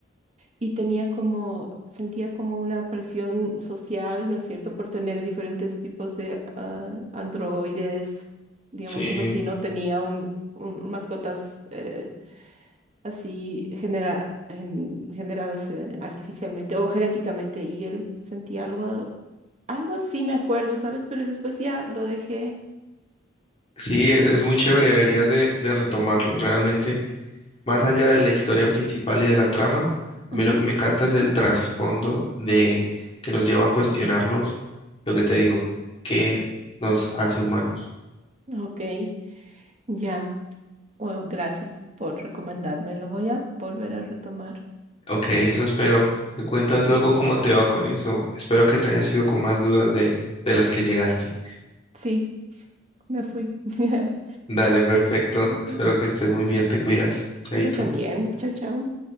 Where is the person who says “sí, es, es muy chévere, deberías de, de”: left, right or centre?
Left